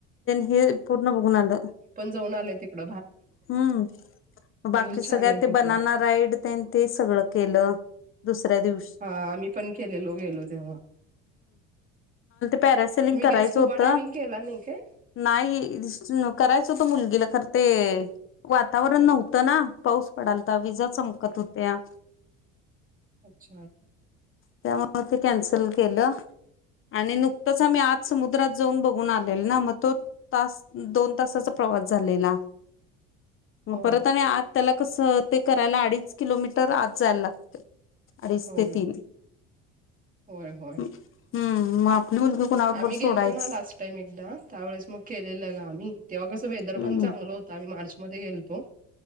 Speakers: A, on the left (about 45°); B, on the right (about 30°).
A: हे पूर्ण बघून आलं
B: आ तिकड
A: हम्म बाकी
B: व्ह्यूज
A: सगळ्या
B: छान आहे
A: ते
B: तिथला
A: बनाना राईड ते ते सगळं केलं दुसऱ्या दिव
B: हा आम्ही पण केलेलो गेलो तेव्हा
A: पलिंग
B: तुम्ही
A: करायच
B: काय स्कुबा
A: होत
B: डायविंग केला नाही काय
A: नाही करायच होत मुग खर ते वातावरण नव्हतं ना पाऊस पडालता विजा चमकत होत्या
B: अच्छा
A: त्यामु ते कॅन्सल केलं आणि नुकतंच आम्ही आज समुद्रात जाऊन बघून आलो मग तो त दोन तसाचा प्रवास झालेला मग
B: होय
A: परत आणि आत त्याला कसं ते करायला अडीच किलोमीटर आत जायला लागते अडीच
B: होय
A: ते तीन
B: होय होय
A: हम्म मग आपली मुलगी कुणावर
B: आम्ही
A: बर
B: गेलतो
A: सोडायच
B: ना लास्ट टाइम एकदा त्यावेळेस मग ख लगावी तेव्हा कसं वेद
A: हम्म
B: पण चांगलं होत आणि म् मध्ये गेल तो